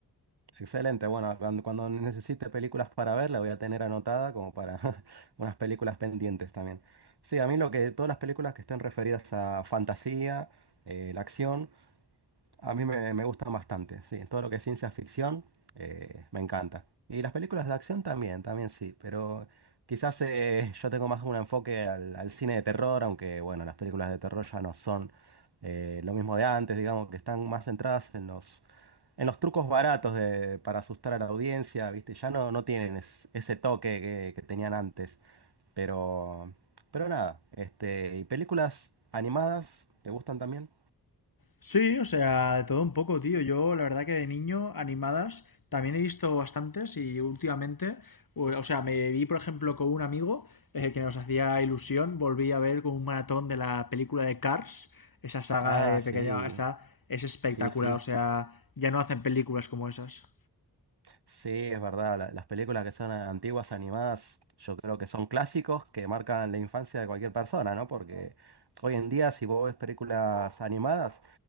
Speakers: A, on the right; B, on the left.
A: Excelente. Bueno, cuando, cuando necesite películas para ver, la voy a tener anotada como para <laughs> unas películas pendientes también. Sí, a mí lo que, todas las películas que estén referidas a fantasía, eh, la acción. A mí me, me gustan bastante, sí, todo lo que es ciencia ficción eh, me encanta. Y las películas de acción también, también sí, pero quizás eh, yo tengo más un enfoque al, al cine de terror, aunque bueno, las películas de terror ya no son eh, lo mismo de antes, digamos que están más centradas en los, en los trucos baratos de, para asustar a la audiencia, ¿viste? Ya no, no tienen es- ese toque que, que tenían antes, pero, pero nada, este, ¿y películas animadas te gustan también?
B: Sí, o sea, de todo un poco, tío. Yo, la verdad que de niño, animadas, también he visto bastantes y últimamente, o o sea, me vi, por ejemplo, con un amigo eh, que nos hacía ilusión, volví a ver con un maratón de la película de Cars, esa saga
A: Ah,
B: de
A: sí.
B: pequeña, esa es espectacular,
A: Sí, sí,
B: o sea, ya no hacen películas como esas.
A: sí, es verdad. la- las películas que son antiguas animadas, yo creo que son clásicos que marcan la infancia de cualquier persona, ¿no? Porque hoy en día, si vos ves películas animadas,